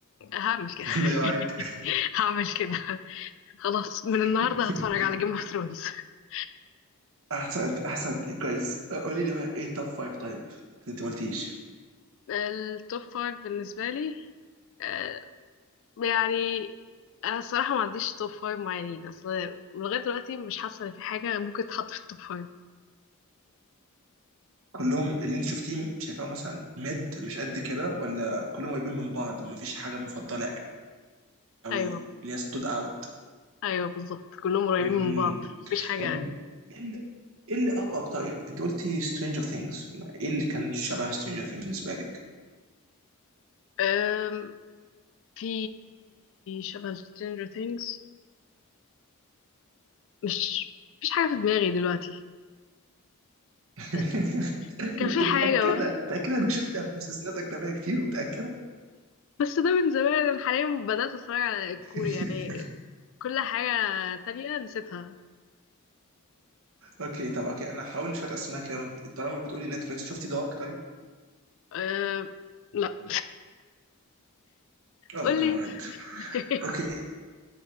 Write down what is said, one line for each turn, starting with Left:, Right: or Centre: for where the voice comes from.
Left: هعمل كده
Right: <laughs>
Left: <laughs>
Right: ولا ايه رايك؟
Left: هعمل كده خلاص من النهارده
Right: <laughs>
Left: هتفرج على جيم اوف ثرونز <laughs>
Right: احسن احسن كويس قولي لي بقى ايه التوب فايف طيب انت ما قلتيش
Left: التوب فايف بالنسبه لي آه، يعني انا الصراحه ما عنديش توب فايف معينين اصل لغايه دلوقتي مش حاسه ان في حاجه ممكن تتحط في التوب فايف
Right: كلهم اللي انت شفتيه شايفاه مثلا ميد مش قد كده ولا كلهم قريبين من بعض مفيش حاجه مفضله قوي
Left: ايوه
Right: اللي هي ستود اوت
Left: ايوه بالظبط كلهم قريبين
Right: امم
Left: من بعض مفيش حاجه
Right: طب ايه اللي ايه اللي اغرب طيب انت قلتي سترينجر ثينجز ايه اللي كان شبه سترينجر ثينجز بالنسبه لك
Left: أم في شبه Stranger Things مش مش حاجه في دماغي دلوقتي
Right: <laughs>
Left: بس
Right: انت
Left: كان في حاجه
Right: متاكده
Left: بس
Right: متاكده انك شفتها في مسلسلات اجنبيه كتير متاكده
Left: بس ده من زمان أنا حاليا بدات اتفرج على الكوري
Right: <laughs>
Left: يعني كل حاجه تانية نسيتها
Right: اوكي طب اوكي انا هحاول شويه اسماء كده وانت طالما بتقولي نتفلكس شفتي دارك طيب
Left: أه... لا
Right: اه
Left: قول
Right: جامد
Left: لي <laughs>
Right: اوكي